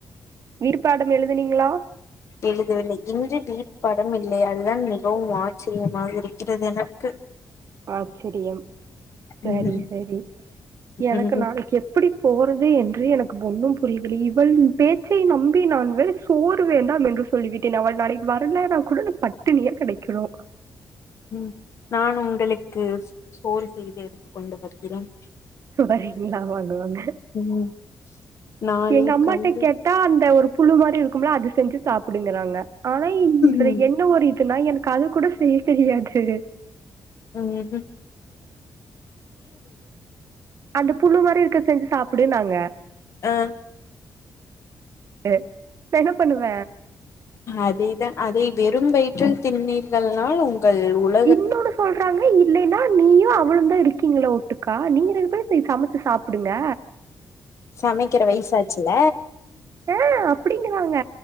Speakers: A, on the right; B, on the left.
A: வீட்டு பாடம் எழுதுனீங்களா
B: எழுதவில்லை இன்று வீட் பாடம் இல்லை அதுதான் மிகவும் ஆச்சரியமாக இருக்கிறது எனக்கு <inaudible>
A: ஆச்சரியம் சரி
B: ம்
A: சரி எனக்கு
B: ம்
A: நாளைக்கு எப்டி போறது என்று எனக்கு ஒன்னும் புரியவிலை இவள் பேச்சை நம் நம்பி நான் வேற சோறு வேண்டாம் என்று சொல்லிவிட்டேன் அவள் நாளைக்கு வரலன்னா கூட நா பட்டினியா கிடைக்கன்னு
B: ம் நான் உங்களுக்கு சோறு செய்து எடுத்து கொண்டு வருகிறேன்
A: வரீங்களா வாங்க வாங்க
B: ம் நாளை
A: எங்க அம்மாட்ட
B: கல்லு
A: கே தா அந்த ஒரு புழு மாரி இருக்கும்ல அது செஞ்சி சாப்புடுங்குறாங்க ஆனா இதுல
B: ம்
A: என்ன ஒரு இதுன்னா எனக்கு அது கூட செய்ய தெரியாது
B: ம்
A: அந்த புழு மாதிரி இருக்க செஞ்சு சாப்டு நாங்க
B: ம்
A: இ நா என்ன பண்ணுவ
B: அதேதா அதை வெறும் வயிற்றில் தின்னீர்கள்னால் உங்கள் உள்
A: இன்னொன்னு சொல்றாங்க இப் இல்லைன்னா நீயு அவ்ளவுந்தான் இருக்கீங்கள ஒட்டுக்கா நீங்க ரெண்டு பேரும் போய் சமைச்சு சாப்டுங்க
B: சமைக்கிற வயசாச்சுல
A: ஆஹ் அப்டிங்குறாங்க